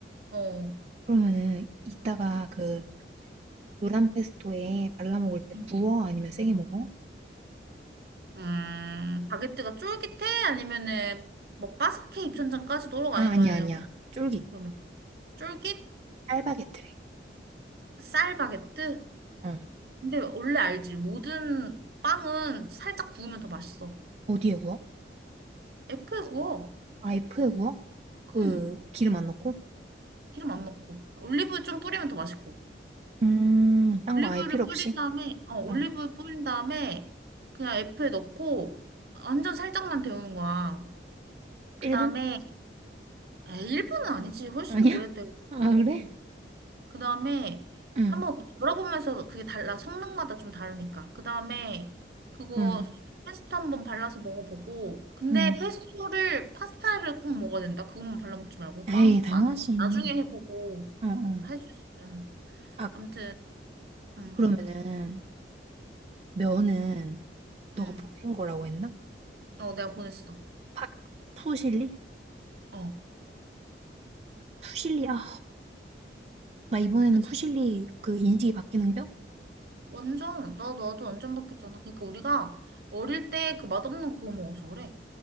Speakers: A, on the right; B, on the right.
A: 어.
B: 그러면은 이따가 그 노란 페스토에 발라 먹을 때
A: 음,
B: 구워? 아니면 생에 먹어?
A: 음, 바게트가 쫄깃해? 아니면은 뭐 바삭해 입천장까지 도록
B: 아
A: 아니면은
B: 아니야 아니야. 쫄깃.
A: 그러면 쫄깃
B: 알바게트래.
A: 쌀 바게트?
B: 어.
A: 근데 원래 알지. 모든 빵은 살짝 구우면 더 맛있어.
B: 어디에 구워?
A: F에 구워.
B: 아이프에 구워? 그
A: 응.
B: 기름 안 넣고?
A: 기름 안 넣고. 올리브유 좀 뿌리면 더 맛있고.
B: 음, 딴
A: 올리브유를
B: 거 아예 필요
A: 뿌린
B: 없이?
A: 다음에, 어, 올리브유
B: 어.
A: 뿌린 다음에 그냥 F에 넣고 완전 살짝만 데우는 거야. 그
B: 1분?
A: 다음에, 일 분은 아니지. 훨씬
B: 아니야?
A: 오래 데우지.
B: 아,
A: 어.
B: 그래?
A: 그 다음에
B: 응,
A: 한번 뭐 열어보면서 그게 달라. 성능마다 좀 다르니까. 그 다음에 그거
B: 응,
A: 페스토 한번 발라서 먹어보고. 근데
B: 응.
A: 페스토를, 파스타를 꼭 먹어야 된다. 그것만 발라먹지 말고.
B: 에이,
A: 빵,
B: 당연하지.
A: 빵. 나중에 해보고.
B: 어, 어.
A: 할 수 있으면.
B: 아,
A: 아무튼. 응,
B: 그러면은, 면은, 너가
A: 응.
B: 보낸 거라고 했나?
A: 어, 내가 보냈어.
B: 파, 푸실리?
A: 어.
B: 푸실리, 아, 나 이번에는
A: 아, 진-
B: 푸실리 그 인식이 바뀌는겨?
A: 완전, 나, 나도 완전 바뀌었잖아. 그러니까 우리가 어릴 때 그 맛없는 그거 먹어서 그래.